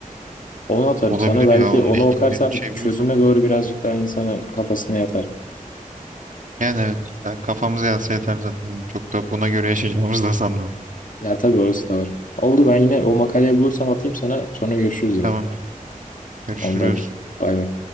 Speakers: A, on the left; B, on the right.
A: Onu atarım
B: Olabilir
A: sana. Belki
B: ya onunla
A: onu
B: ilgili
A: okursam
B: bir şey bulursam.
A: çözüme doğru birazcık daha insanın kafasına yatar.
B: Yani evet, ya kafamıza yatsa yeter zaten. Çok da buna göre <laughs> yaşayacağımızı da sanmıyorum.
A: Ya tabii orası da var. Oldu ben yine o makaleyi bulursam atayım sana. Sonra görüşürüz yine.
B: Tamamdır. Görüşürüz.
A: Oldu hadi. Bay bay.